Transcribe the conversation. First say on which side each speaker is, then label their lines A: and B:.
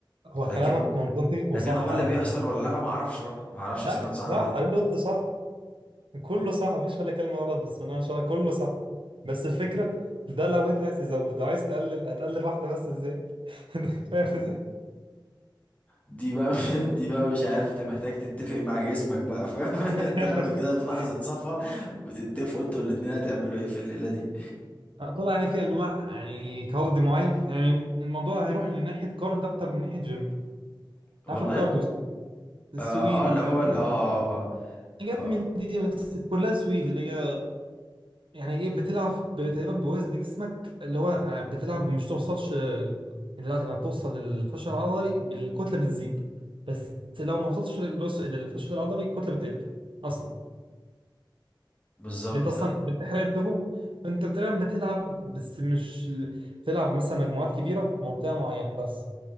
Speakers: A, on the right; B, on the left.
A: هو
B: لكن
A: كلامك منطقي
B: لكن
A: وصح
B: هو اللي
A: على
B: بيحصل
A: فكره
B: ولا لا ما اعرفش بقى ما اعرفش
A: لا
B: اذا كان صح
A: صح
B: ولا لا
A: اللي انت قلته صح كله صح مفيش ولا كلمه غلط بسم الله ما شاء الله كله صح بس الفكره ده لو انت عايز تزود عايز تقلل هتقلل واحده بس ازاي <laughs> فاهم ازاي
B: دي بقى <laughs> دي بقى مش عارف انت محتاج تتفق مع جسمك بقى فاهم
A: <laughs>
B: <laughs> تاخده كده في لحظة صفا وتتفقوا انتوا الاتنين هتعملوا ايه في الليلة دي
A: طبعا يعني في انواع يعني كارديو معين يعني الموضوع هيروح لناحيه كارد اكتر من ناحيه جيم
B: والله
A: عارف الكارديو السويد
B: اه, آه
A: والحاجات
B: اللي هو ال-
A: دي
B: اه اه,
A: حاجات
B: آه آه،
A: من دي بس كلها سويد اللي هي يعني ايه بتلعب ب- تقريبا بوزن جسمك اللي هو بتلعب مش توصلش لل- يعني لا، لما بتوصل للفشل العضلي بالكتله بتزيد بس لو ما وصلتش للوس- للفشل العضلي الكتله بتقل اصلا
B: بالظبط
A: اللي انت اصلا بتحرق الدهون فانت تقريبا بتلعب بس مش ال- بتلعب مثلا مجموعات كبيره في منطقه معينه بس